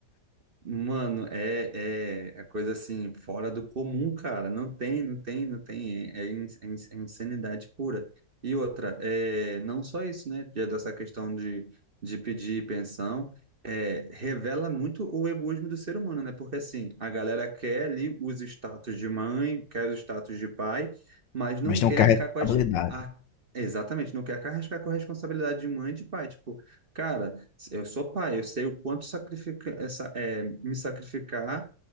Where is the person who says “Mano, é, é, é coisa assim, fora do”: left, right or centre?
Right